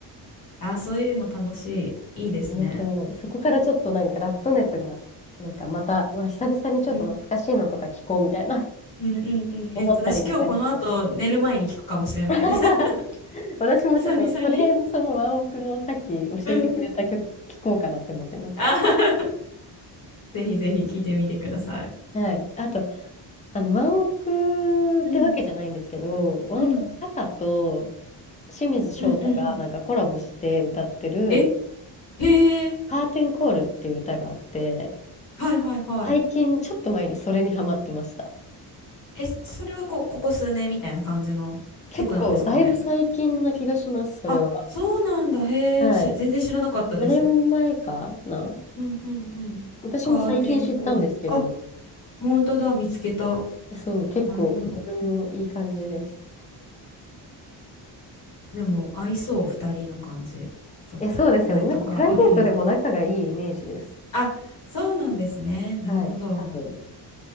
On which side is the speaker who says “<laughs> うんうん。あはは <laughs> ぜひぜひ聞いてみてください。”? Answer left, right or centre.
Left